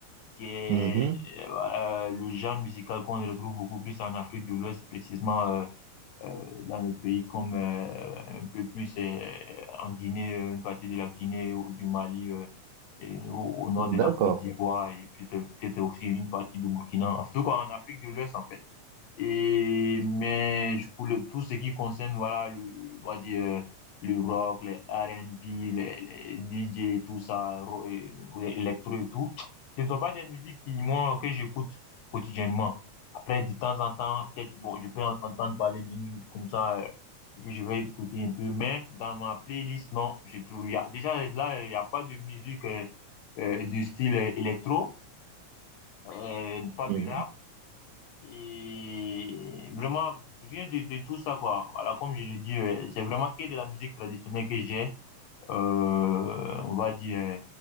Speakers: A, on the left; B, on the right.
A: qui est
B: Mhm.
A: euh, voilà, le genre musical qu'on retrouve beaucoup plus en Afrique de l'Ouest, précisément euh, euh, dans le pays comme euh, un peu plus euh, en Guinée, euh, une partie de la Guinée ou du Mali. euh, Et au, au, nord de la
B: D'accord.
A: Côte d'Ivoire et peut-être peut-être aussi une partie du Burkina, en tout cas en Afrique de l'Ouest en fait. Et, mais je- pour le, tout ce qui concerne, voilà, le, on va dire, euh, le rock, les R and B les, les D J tout ça, ro- et- et- électro et tout, ce ne sont pas des musiques qui, moi, que j'écoute quotidiennement. Après, de temps en temps, peut-être, bon, je peux en- entendre parler d'une, comme ça, euh, que je vais écouter un peu, mais dans ma playlist, non, je trouve, il y a, déjà, là, il n'y a pas de musique euh, euh, du style euh, électro, euh, pas
B: Mhm.
A: de rap, et vraiment, rien de, de tout ça, quoi. Voilà, comme je l'ai dit, euh, c'est vraiment que de la musique traditionnelle que j'ai, euh, on va dire, euh,